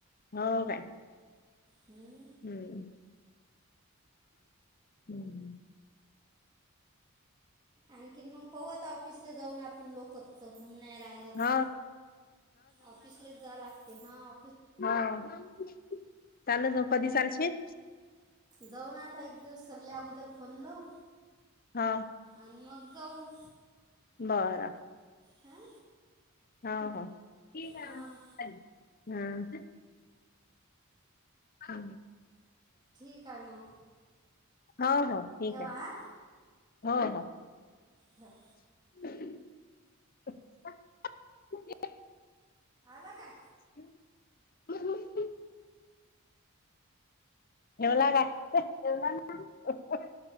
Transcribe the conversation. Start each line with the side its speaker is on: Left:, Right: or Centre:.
Left: हो काय
Right: हम्म.
Left: हम्म हम्म.
Right: आणखीन मग पवत ऑफिसले जाऊन आपण लोकच चहून. नाही राहिलं तर
Left: हो
Right: ऑफिसलाच जा लागते हा.
Left: हा चाले कधी सांगशील.
Right: जाऊ ना आता एक दिवस सरल्या अगोदर फोन लाव
Left: हो
Right: आणि मग. जाऊ.
Left: बरं.
Right: हम.
Left: ह ह ठीक
Right: हां
Left: आहे हम्म. हा.
Right: ठीक आहे मग.
Left: हो हो ठीक
Right: ठेवा
Left: आहे
Right: हां
Left: हो हो.
Right: ठेव.
Left: <unintelligible>
Right: आला का.
Left: <unintelligible> एवला का एवला ना <unintelligible>